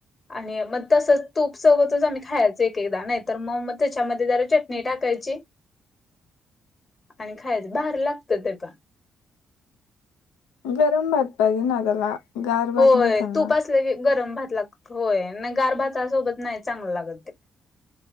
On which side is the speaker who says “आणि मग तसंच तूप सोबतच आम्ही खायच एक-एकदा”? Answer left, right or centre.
Left